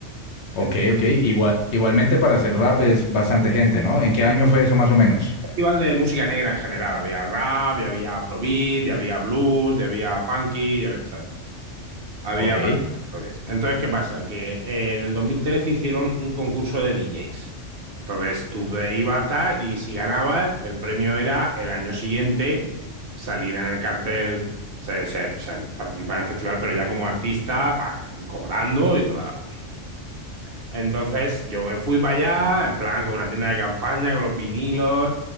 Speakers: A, on the left; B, on the right.
A: ok,
B: Entonces,
A: ok. Igual, igualmente para hacer rap es bastante gente, ¿no? ¿En qué año fue eso más o menos?
B: un festival de música negra en general. Había rap, ya había afrobeat, ya había blues, ya había funky, ya había, ¿sabes? Había
A: Ok. <laughs>
B: varias historias. Entonces, ¿qué pasa? Que eh, en el 2013 hicieron un concurso de DJs. Entonces, tú ve- ibas a tal y si ganabas, el premio era el año siguiente salir en el cartel, o sea, o sea, o sea, participar en el festival, pero ya como artista, pa- cobrando y toda la movida. Entonces yo me fui para allá, en plan, con una tienda de campaña, con los vinilos,